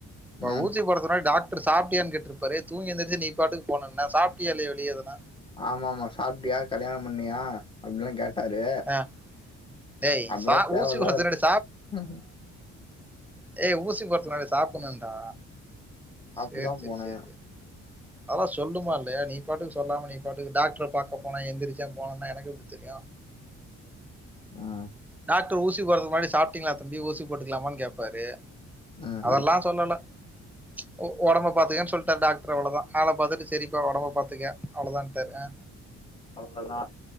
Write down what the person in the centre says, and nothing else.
அப்றோ
ஊசி போட்றதுக் முன்னாடி டாக் ட்ரு சாப்ட்டியான் கேட்ருப்பாரே தூங்கி எந்திர்ச்சு நீ பாட்டுக் போனன்ன சாப்ட்டியா இல்லயா வெளியெதுனா
ஆ, டேய்
சா
ஊசி போடுறதுக்கு
முன்னாடி
ஏ ஊசி போட் நறைய சாப்பட்ணுடா
சேர்
சேர்
சேரி அதலா சொல்ணுமா இல்லையா நீ பாட்டுக்கு சொல்லாம நீ பாட்டுக்கு டாக்ட்ர பாக்க போன எந்திரிச்ச போனுன்னா எனக் எப்டி தெரியு
டாக்ட்ரு ஊசி போட்றதுக் முன்னாடி சாப்ட்டீங்ளா தம்பி ஊசி போட்டுக்கலாமான்னு கேப்பாரு
அதல்லா சொல்லல ஒ ஒடம்ப பாத்துக்கன் சொல்ட்டார் டாக் ட்ரு அவ்ள தா ஆள பாத்துட்டு செரிப்பா ஒடம்ப பாத்துக்க அவ்ளோ தான்ட்டாரு அ